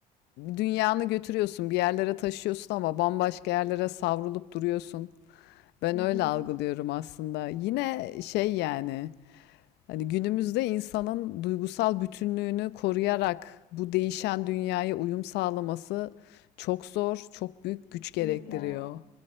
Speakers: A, on the left; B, on the left.
A: dünyanı götürüyorsun bir yerlere taşıyorsun ama bambaşka yerlere savrulup duruyorsun. Ben
B: Hı hı,
A: öyle algılıyorum aslında. Yine şey yani hani günümüzde insanın duygusal bütünlüğünü koruyarak bu değişen dünyaya uyum sağlaması çok zor, çok büyük
B: Kesinlikle,
A: güç gerektiriyor.